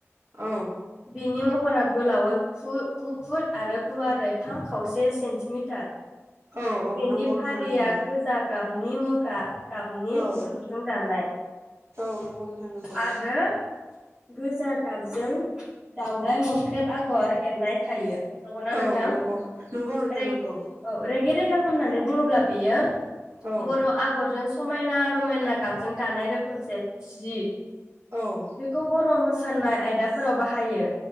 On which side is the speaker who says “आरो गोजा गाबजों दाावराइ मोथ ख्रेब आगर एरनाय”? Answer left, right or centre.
Centre